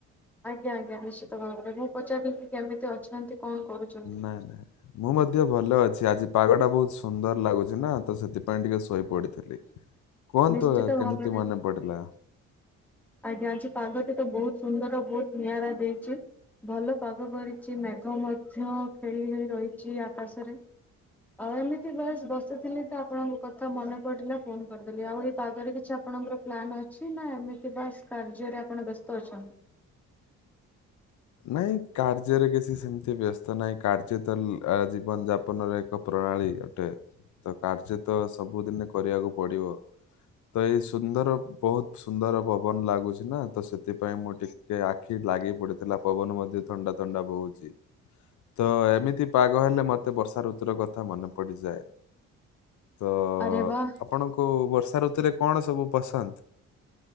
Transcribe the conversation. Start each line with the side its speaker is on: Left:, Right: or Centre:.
Centre: ଆଜ୍ଞା-ଆଜ୍ଞା ନିଶ୍ଚିତ ଭାବରେ ମୁଁ ପଚାରିଲି କି କେମିତି ଅଛନ୍ତି। କଣ କରୁଛନ୍ତି?
Left: ନା ନା। ମୁଁ ମଧ୍ୟ ଭଲ ଅଛି ଆଜି ପାଗଟା ବହୁତ ସୁନ୍ଦର ଲାଗୁଛି ନା, ତ ସେଥିପାଇଁ ଟିକେ ଶୋଇ ପଡିଥିଲି।
Centre: <inaudible>
Left: କୁହନ୍ତୁ
Centre: ନିଶ୍ଚିତ
Left: କେମିତି
Centre: ଭାବରେ
Left: ମନେ ପଡିଲା?
Centre: ଆଜ୍ଞା ଆଜି ପାଗଟି ତ ବହୁତ୍ ସୁନ୍ଦର ବହୁତ ନିଆରା ଦେଇଛି ଭଲ ପାଗ କରିଛି ମେଘ ମଧ୍ୟ ଖେଳି ହୋଇ ରହିଛି ଆକାଶରେ ଆଉ ଏମିତି ଭଏସ୍ ବସିଥିଲି ତ ଆପଣଙ୍କ କଥା ମନେ ପଡିଲା ଫୋନ କରି ଆଉ ଏଇ ପାଗରେ କିଛି ଆପଣଙ୍କର ପ୍ଲାନ୍ ଅଛି ନା ଏମିତି ବା କାର୍ଯ୍ୟରେ ଆପଣ ବ୍ୟସ୍ତ ଅଛନ୍ତି?
Left: ନାଇଁ କାର୍ଯ୍ୟରେ କିଛି ସେମିତି ବ୍ୟସ୍ତ ନାହିଁ କାର୍ଯ୍ୟ ତ ଜୀବନ ଯାପନର ଏକ ପ୍ରଣାଳୀ ଗୋଟେ ତ କାର୍ଯ୍ୟ ତ ସବୁଦିନେ କରିବାକୁ ପଡିବ ତ ଏଇ ସୁନ୍ଦର ବହୁତ୍ ସୁନ୍ଦର ପବନ୍ ଲାଗୁଛି ନା ତ ସେଥିପାଇଁ ମୁଁ ଟିକେ ଏ ଆଖି ଲାଗି ପଡିଥିଲା ପବନ ମଧ୍ୟ ଥଣ୍ଡା ଥଣ୍ଡା ବହୁଛି ତ ଏମିତି ପାଗ ହେଲେ ମତେ ବର୍ଷା ଋତୁର କଥା ମନେ ପଡିଯାଏ ତ
Centre: ଅରେ ବା।
Left: ଆପଣଙ୍କୁ ବର୍ଷା ଋତୁରେ କଣ ସବୁ ପସନ୍ଦ୍?